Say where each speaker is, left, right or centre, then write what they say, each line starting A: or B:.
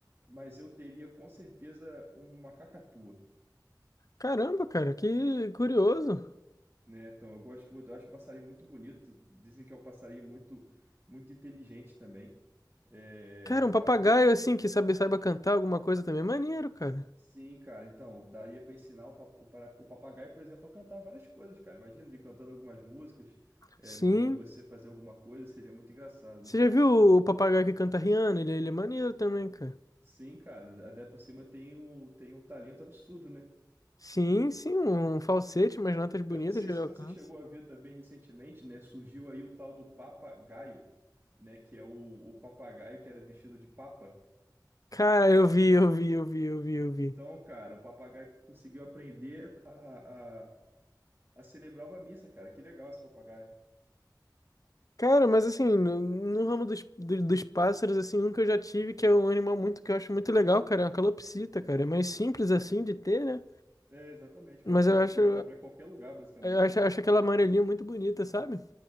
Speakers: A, on the right; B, on the left.
A: mas eu teria com certeza uma cacatua,
B: Caramba, cara, que curioso.
A: né? Então, eu gosto muito, eu acho um passarinho muito bonito. Dizem que é um passarinho muito, muito inteligente também. É,
B: Cara,
A: fora
B: um papagaio
A: que,
B: assim que sabe, saiba cantar alguma coisa também é maneiro, cara.
A: sim, cara. Então, daria para ensinar o, pa- o para- o papagaio, por exemplo, a cantar várias coisas, cara. Imagina ele cantando algumas músicas, é,
B: Sim.
A: mandando você fazer alguma coisa, seria muito engraçado,
B: Você
A: né?
B: já viu o papagaio que canta Rihanna? Ele, é, ele é maneiro também, cara.
A: Sim, cara. Ainda por cima tem um, tem um talento absurdo, né?
B: Sim, sim, um um falsete, umas notas
A: Eu
B: bonitas
A: não sei
B: que
A: se
B: ele alcança.
A: você chegou a ver também recentemente, né? Surgiu aí o tal do papagaio, né? Que é o, o papagaio que era vestido de papa.
B: Cara, eu vi, eu vi, eu vi, eu vi, eu vi.
A: Então, cara, o papagaio conseguiu aprender a, a, a celebrar uma missa, cara. Que legal esse papagaio.
B: Cara, mas assim, no, no ramo dos, do- dos pássaros, assim, um que eu já tive, que é um animal muito que eu acho muito legal, cara, é uma calopsita, cara. É mais simples assim de ter, né?
A: É, exatamente,
B: Mas
A: cara. Você
B: eu acho,
A: pode comprar em qualquer lugar, basicamente,
B: eu acho,
A: né?
B: acho aquela amarelinha muito bonita, sabe?